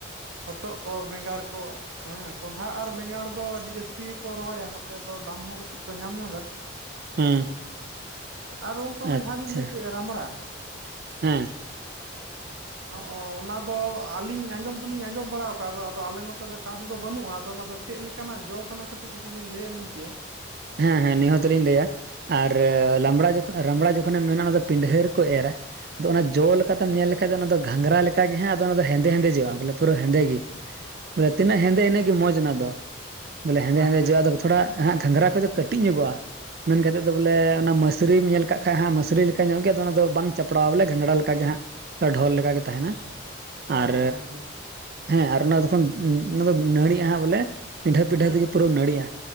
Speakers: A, on the right (about 75°); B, on the right (about 50°).
A: ᱦᱚᱛᱚᱫ ᱠᱚ ᱵᱮᱸᱜᱟᱲ ᱠᱚ ᱦᱮᱸ ᱠᱚᱸᱰᱷᱟ ᱟᱨ ᱵᱮᱸᱜᱟᱲ ᱫᱚ ᱟᱹᱰᱤ ᱡᱟᱹᱥᱛᱤ ᱜᱮᱠᱚ ᱨᱚᱦᱚᱭᱟ ᱱᱚᱛᱮ ᱫᱚ ᱫᱟᱢ ᱦᱚᱸ ᱠᱟᱹᱴᱤᱡ ᱠᱚ ᱧᱟᱢ ᱧᱚᱜᱟ
B: ᱦᱮᱸ
A: ᱟᱨ ᱚᱱᱠᱟ ᱚᱱᱟ
B: ᱟᱪᱪᱷᱟ
A: ᱡᱟᱦᱟᱸ ᱵᱤᱱ ᱞᱟᱹᱭ ᱠᱮᱜ ᱨᱟᱢᱲᱟ
B: ᱦᱮᱸ
A: ᱦᱚᱸ ᱚ ᱚᱱᱟ ᱫᱚ ᱟᱹᱞᱤᱧ ᱟᱸᱡᱚᱢ ᱫᱚᱞᱤᱧ ᱟᱸᱡᱚᱢ ᱵᱟᱲᱟ ᱟᱠᱟᱫᱟ ᱟᱫᱚ ᱟᱫᱚ ᱟᱞᱮ ᱱᱚᱛᱮ ᱫᱚ ᱪᱟᱥ ᱫᱚ ᱵᱟᱹᱱᱩᱜᱼᱟ ᱟᱫᱚ ᱚᱱᱟ ᱫᱚ ᱪᱮᱫ ᱞᱮᱠᱟᱱᱟᱜ ᱡᱚ ᱠᱟᱱᱟ ᱠᱟᱹᱴᱤᱡ ᱡᱩᱫᱤ ᱵᱤᱱ ᱞᱟᱹᱭ ᱟᱹᱞᱤᱧ ᱠᱮᱭᱟ
B: ᱦᱮᱸ ᱦᱮᱸ ᱱᱤᱭᱟᱹ ᱦᱚᱸ ᱛᱟᱦᱚᱞᱤᱧ ᱞᱟᱹᱭᱟ ᱟᱨ ᱞᱟᱢᱲᱟ ᱡᱚᱠᱷᱚᱱ ᱨᱟᱢᱲᱟ ᱡᱚᱠᱷᱚᱱ ᱮᱢ ᱢᱮᱱᱟ ᱚᱱᱟ ᱫᱚ ᱯᱤᱸᱰᱷᱟᱹ ᱨᱮᱠᱚ ᱮᱨᱟ ᱟᱫᱚ ᱚᱱᱟ ᱡᱚ ᱞᱮᱠᱟ ᱛᱮᱢ ᱧᱮᱞ ᱞᱮᱠᱷᱟᱡ ᱫᱚ ᱚᱱᱟ ᱫᱚ ᱜᱷᱟᱝᱨᱟ ᱞᱮᱠᱟ ᱜᱮ ᱦᱟᱸᱜ ᱟᱫᱚ ᱚᱱᱟ ᱫᱚ ᱦᱮᱸᱫᱮ ᱦᱮᱸᱫᱮ ᱡᱚᱜᱼᱟ ᱵᱚᱞᱮ ᱯᱩᱨᱟᱹ ᱦᱮᱸᱫᱮ ᱜᱤ ᱵᱚᱞᱮ ᱛᱤᱱᱟᱹᱜ ᱦᱮᱸᱫᱮ ᱤᱱᱟᱹᱜ ᱜᱮ ᱢᱚᱸᱡᱽ ᱚᱱᱟ ᱫᱚ ᱵᱚᱞᱮ ᱦᱮᱸᱫᱮ
A: ᱟᱪᱪᱷᱟ
B: ᱦᱮᱸᱫᱮ ᱡᱚᱜᱼᱟ
A: ᱟᱪᱪᱷᱟ
B: ᱟᱫᱚ ᱛᱷᱚᱲᱟ ᱦᱟᱸᱜ ᱜᱷᱟᱜᱽᱨᱟᱸ ᱠᱷᱚᱡ ᱫᱚ ᱠᱟᱹᱴᱤᱡ ᱧᱚᱜᱚᱜ-ᱟ ᱢᱮᱱ ᱠᱟᱛᱮᱫ ᱫᱚ ᱵᱚᱞᱮ ᱚᱱᱟ ᱢᱟᱹᱥᱨᱤᱢ ᱧᱮᱞ ᱠᱟᱜ ᱠᱷᱟᱡ ᱦᱟᱸᱜ ᱢᱟᱹᱥᱨᱤ ᱞᱮᱠᱟ ᱧᱚᱜ ᱜᱮ ᱚᱱᱟ ᱫᱚ ᱵᱟᱝ ᱪᱟᱯᱲᱟᱣᱟ ᱵᱚᱞᱮ ᱜᱷᱟᱸᱜᱽᱲᱟ ᱞᱮᱠᱟ ᱜᱮ ᱦᱟᱸᱜ ᱰᱷᱚᱞ ᱞᱮᱠᱟ ᱜᱮ ᱛᱟᱦᱮᱱᱟ
A: ᱦᱮᱸ
B: ᱟᱨ
A: ᱦᱮᱸ ᱦᱮᱸ ᱦᱮᱸ
B: ᱦᱮᱸ ᱟᱨ ᱚᱱᱟ ᱡᱚᱠᱷᱚᱱ ᱫᱚ <unintelligible> ᱚᱱᱟ ᱫᱚ ᱱᱟᱹᱲᱤᱜ-ᱟ ᱦᱟᱸᱜ ᱵᱚᱞᱮ ᱯᱤᱰᱷᱟᱹ ᱯᱤᱰᱷᱟᱹ
A: ᱦᱮᱸ
B: ᱛᱮᱜᱮ ᱯᱩᱨᱟᱹ ᱱᱟᱹᱲᱤᱜ-ᱟ